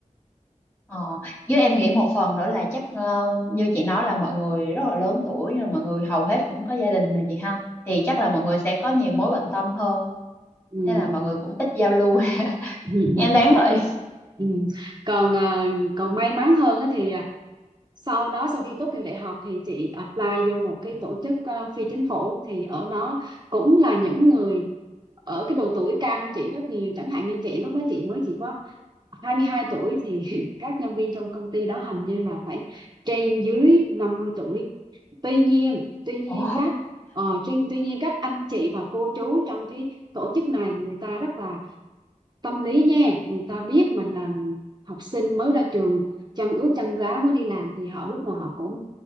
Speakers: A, on the left; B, on the right.
A: ờ với em nghĩ một phần nữa là chắc ờ, như chị nói là mọi người rất là lớn tuổi rồi mọi người hầu hết cũng có gia đình rồi chị ha thì chắc là mọi người sẽ có nhiều mối bận tâm hơn
B: ừ.
A: nên là mọi
B: ừ.
A: người cũng ít giao lưu
B: Ừ, ừ,
A: Em đáng vậy.
B: ừ. Còn à, còn may mắn hơn á thì à, sau đó sau khi tốt nghiệp đại học thì chị apply vô một cái tổ chức à, phi chính phủ thì ở đó cũng là những người ở cái độ tuổi cao hơn chị rất nhiều chẳng hạn như chị lúc đó chị mới chỉ có 22 tuổi thì <laughs> các nhân viên trong công ty đó hình như là phải trên dưới năm mươi tuổi tuy nhiên tuy nhiên
A: Ồ,
B: các ờ, trên, tuy nhiên các anh chị và cô chú trong cái tổ chức này người ta rất là tâm lý nha người ta biết mình là học sinh mới ra trường chân ướt chân ráo mới đi làm thì họ lúc nào họ cũng